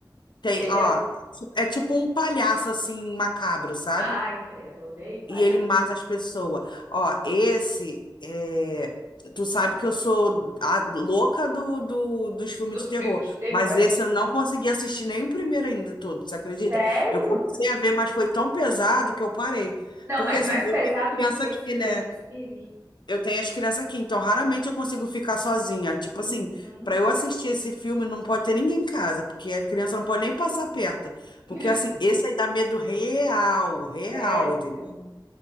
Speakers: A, on the left; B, on the right.
A: Tem,
B: Ele
A: ó,
B: é... o-
A: é tipo um palhaço assim macabro, sabe?
B: Ai, credo, odeio palhaço.
A: E ele mata as pessoas. Ó, esse é. Tu sabe que eu sou a louca do, do- dos filmes
B: Dos
A: de
B: filmes
A: terror,
B: de terror,
A: mas
B: é...
A: esse eu não consegui assistir nem o primeiro ainda todo, você acredita?
B: Sério?
A: Eu comecei a ver, mas foi tão pesado que eu parei.
B: Não,
A: Porque
B: mas
A: assim,
B: mais
A: eu
B: pesado
A: tenho criança
B: do que esses
A: aqui, né?
B: aí do espírito.
A: Eu tenho as crianças aqui, então raramente eu consigo ficar sozinha. Tipo assim,
B: Uhum.
A: pra eu assistir esse filme não pode ter ninguém em casa, porque a criança não pode nem passar perto.
B: <laughs>
A: Porque assim, esse aí dá medo real, real,
B: Sério,
A: entendeu?
B: prima.